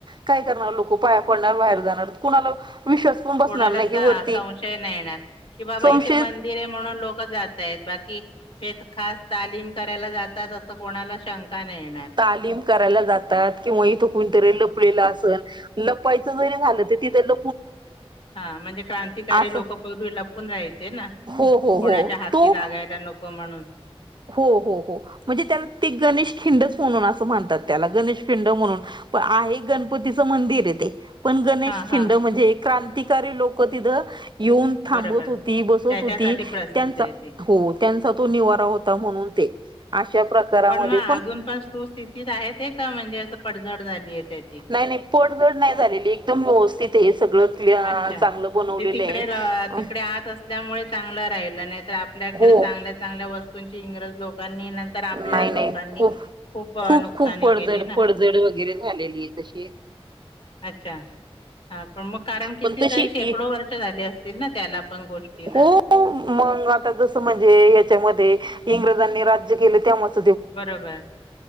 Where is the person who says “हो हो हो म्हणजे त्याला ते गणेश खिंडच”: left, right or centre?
Right